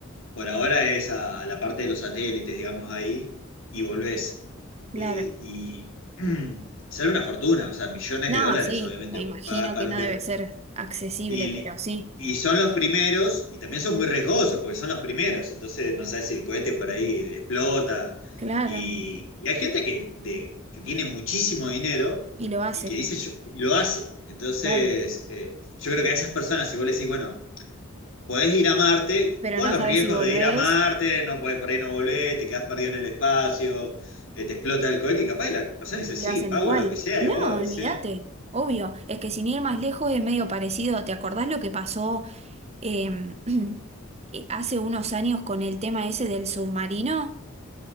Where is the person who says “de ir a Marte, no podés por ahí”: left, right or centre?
Left